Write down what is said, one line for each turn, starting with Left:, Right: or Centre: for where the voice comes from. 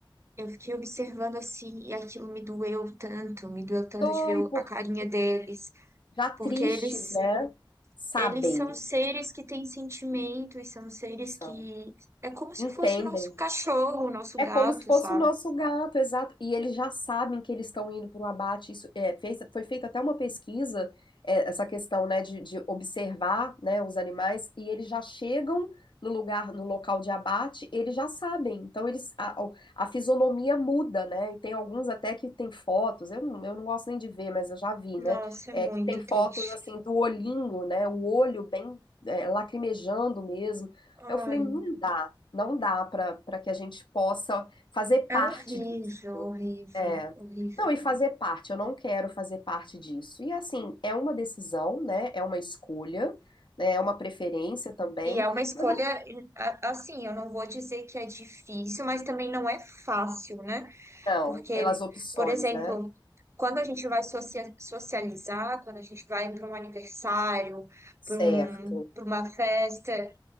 Right: Eu fiquei observando assim, e aquilo me doeu tanto, me doeu tanto
Left: dói
Right: de ver o-
Left: porque
Right: a carinha deles,
Left: já tristes,
Right: porque eles
Left: né? Sabem,
Right: eles são
Left: que
Right: seres que têm sentimento e são seres
Left: são,
Right: que é como se
Left: entendem
Right: fosse o nosso cachorro, o nosso
Left: É
Right: gato,
Left: como se fosse
Right: sabe?
Left: o nosso gato, exato. E eles já sabem que eles estão indo para o abate. Isso é, fez, foi feita até uma pesquisa, é, essa questão, né, de, de observar, né, os animais, e eles já chegam no lugar, no local de abate, eles já sabem. Então eles, a, a- a fisionomia muda, né? E tem alguns até que tem fotos. Eu, não- eu não gosto nem de ver, mas eu já vi,
Right: Nossa,
Left: né?
Right: é
Left: É,
Right: muito
Left: que tem fotos
Right: triste.
Left: assim do olhinho, né? O olho bem é, lacrimejando mesmo.
Right: Ai,
Left: Aí eu falei, não dá. Não dá para para que a gente possa fazer
Right: é
Left: parte
Right: horrível,
Left: disso.
Right: horrível,
Left: É.
Right: horrível.
Left: Não, e fazer parte, eu não quero fazer parte disso. E assim, é uma decisão, né? É uma escolha, né? É uma preferência também,
Right: E é uma escolha,
Left: mas assim,
Right: a- assim, eu não vou dizer que é difícil, mas também não é fácil, né?
Left: não,
Right: Porque,
Left: pelas opções,
Right: por exemplo,
Left: né?
Right: quando a gente vai socia- socializar, quando a gente vai para um aniversário,
Left: Certo.
Right: para um, para uma festa, é